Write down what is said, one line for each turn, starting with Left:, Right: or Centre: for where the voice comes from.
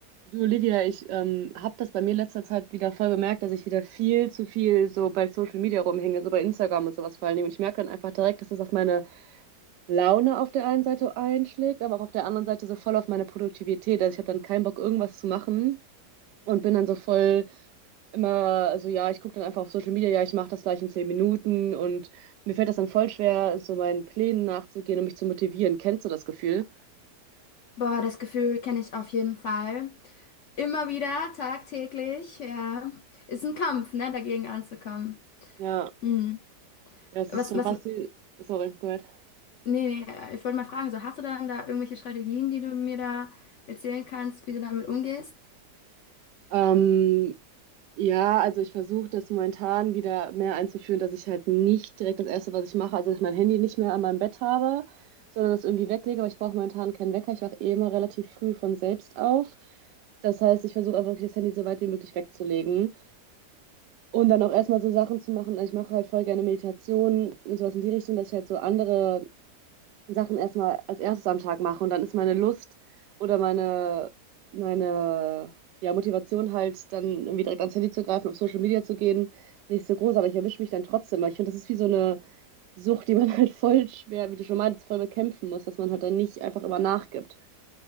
Right: Du, Olivia, ich ähm, habe das bei mir letzter Zeit wieder voll bemerkt, dass ich wieder viel zu viel so bei Social Media rumhänge, so bei Instagram und sowas vor allen Dingen. Und ich merke dann einfach direkt, dass das auf meine Laune auf der einen Seite einschlägt, aber auch auf der anderen Seite so voll auf meine Produktivität. Also ich habe dann keinen Bock, irgendwas zu machen und bin dann so voll immer so, ja, ich gucke dann einfach auf Social Media, ja, ich mache das gleich in zehn Minuten. Und mir fällt das dann voll schwer, so meinen Plänen nachzugehen und mich zu motivieren. Kennst du das Gefühl?
Left: Boah, das Gefühl kenne ich auf jeden Fall. Immer wieder, tagtäglich, ja. Ist ein Kampf, ne, dagegen anzukommen.
Right: Ja,
Left: Hm.
Right: das
Left: Was,
Right: ist schon
Left: was,
Right: fast
Left: nee,
Right: wie... Sorry, go ahead.
Left: nee, äh, ich wollte mal fragen, so hast du dann da irgendwelche Strategien, die du mir da erzählen kannst, wie du damit umgehst?
Right: Ähm, Ja, also ich versuche das momentan wieder mehr einzuführen, dass ich halt nicht direkt das Erste, was ich mache, also dass ich mein Handy nicht mehr an meinem Bett habe, sondern das irgendwie weglege, aber ich brauche momentan keinen Wecker. Ich wache eh immer relativ früh von selbst auf. Das heißt, ich versuche einfach wirklich das Handy so weit wie möglich wegzulegen und dann auch erstmal so Sachen zu machen. Ich mache halt voll gerne Meditationen, und sowas in die Richtung, dass ich halt so andere Sachen erstmal als erstes am Tag mache und dann ist meine Lust oder meine, meine ja, Motivation halt dann irgendwie direkt ans Handy zu greifen, auf Social Media zu gehen, nicht so groß, aber ich erwische mich dann trotzdem. weil Ich finde, das ist wie so eine Sucht, die man <laughs> halt voll schwer, wie du schon meintest, voll bekämpfen muss, dass man halt dann nicht einfach immer nachgibt.